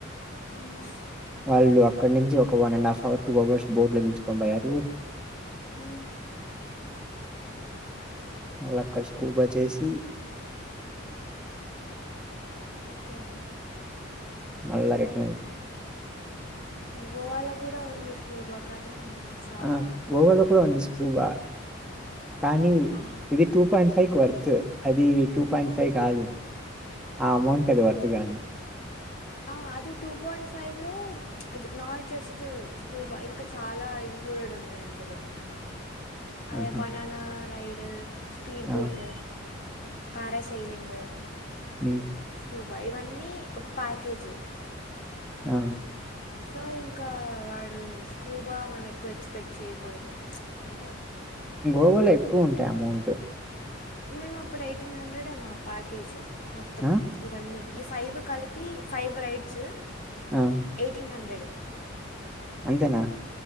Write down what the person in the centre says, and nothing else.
వాళ్ళు అక్కడ నుంచి ఒక one and half hour two hours boat లో పిలుచుకొనిపోయారు
మళ్ళ అక్కడ స్కూబా చేసి
మల్లా రిటర్న్
ఆ గోవాలో కూడా ఉంది స్కూబా కానీ
ఇది టూ పాయింట్ ఫైవ్ కి వర్త్ అది టూ పాయింట్ ఫైవ్ కాదు ఆ అమౌంట్కి అది వర్త్ గాదు
ఆహా!
ఆ!
ఉమ్
ఆ
గోవాలో ఎక్కువ ఉంటాయి అమౌంట్
ఆ!
ఆ!
అంతేనా